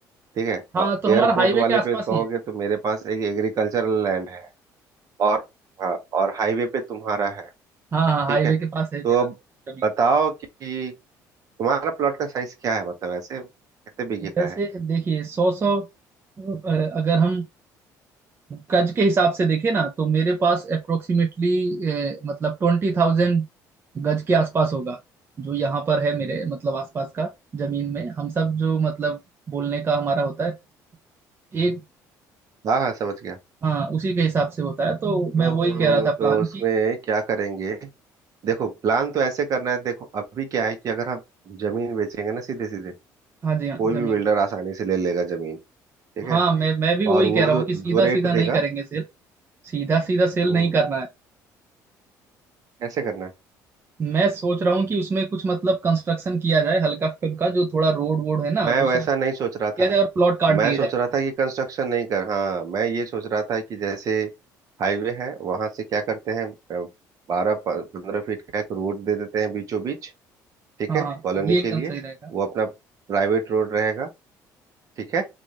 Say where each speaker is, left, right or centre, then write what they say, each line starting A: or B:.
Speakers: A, on the right; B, on the right.
A: ठीक है
B: हाँ
A: और
B: तो
A: एयरपोर्ट
B: हमारा हाईवे
A: वाले
B: के आसपास
A: पे कहोगे
B: ही है
A: तो मेरे पास एक एग्रीकल्चरल लैंड है और हाँ और हाईवे पे तुम्हारा है
B: हाँ हाँ हाईवे
A: ठीक है
B: के पास है
A: तो
B: मेरा
A: अब
B: जमीन
A: बताओ कि तुम्हारा प्लॉट का साइज क्या है मतलब ऐसे कितने बीघे का
B: वैसे
A: है
B: देखिए सौ सौ अ, अगर हम गज के हिसाब से देखिए ना तो मेरे पास अप्रोक्सीमेटली मतलब ट्वेंटी थाउजेंड गज के आसपास होगा जो यहाँ पर है मेरे मतलब आसपास का जमीन में हम सब जो मतलब बोलने का हमारा होता है एक
A: हाँ हाँ समझ गया
B: हाँ उसी के हिसाब से होता है तो मैं
A: हम्म,
B: वही कह रहा था
A: तो
B: प्लान
A: उसमें
B: की
A: क्या करेंगे देखो प्लान तो ऐसे करना है देखो अभी क्या है कि अगर हम जमीन बेचेंगे ना सीधे सीधे
B: हाँ जी हाँ
A: कोई
B: जमीन
A: भी बिल्डर आसानी से ले लेगा जमीन ठीक
B: हाँ
A: है
B: मैं मैं भी वही
A: और वो
B: कह रहा
A: जो
B: हूँ कि
A: जो
B: सीधा सीधा
A: रेट देगा
B: नहीं करेंगे सेल सीधा सीधा सेल
A: हम्म
B: नहीं करना है
A: ऐसे करना है
B: मैं सोच रहा हूँ कि उसमें कुछ मतलब कंस्ट्रक्शन किया जाए हल्का फुल्का जो थोड़ा रोड वोड है ना
A: मैं
B: वो
A: वैसा
B: सब
A: नहीं सोच
B: किया
A: रहा था
B: जाए और प्लॉट काट
A: मैं
B: दिए
A: सोच
B: जाए
A: रहा था कि कंस्ट्रक्शन नहीं कर हाँ मैं ये सोच रहा था कि जैसे हाईवे है वहां से क्या करते हैं बारह पंद्रह फीट का एक रोड दे देते हैं बीचों बीच ठीक
B: हाँ
A: है
B: हाँ
A: कॉलोनी
B: ये एकदम
A: के लिए
B: सही रहेगा
A: वो अपना प्राइवेट रोड रहेगा ठीक है